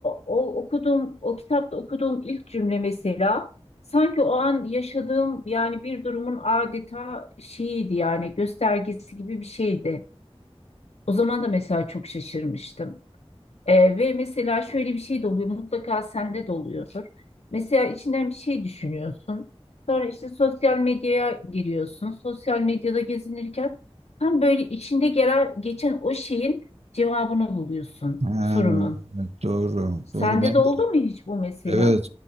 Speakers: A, on the left; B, on the right.
A: o okuduğum o kitapta okuduğum ilk cümle mesela sanki o an yaşadığım yani bir durumun adeta şeyiydi yani göstergesi gibi bir şeydi. O zaman da mesela çok şaşırmıştım. Ee, ve mesela şöyle bir şey de oluyor mutlaka sende de oluyordur. Mesela içinden bir şey düşünüyorsun. Sonra işte sosyal medyaya giriyorsun. Sosyal medyada gezinirken tam böyle içinde gelen geçen o şeyin cevabını buluyorsun
B: Ha,
A: sorunun.
B: evet, doğru.
A: Sende
B: Doğru ben
A: de
B: de.
A: oldu mu hiç bu mesela?
B: Evet.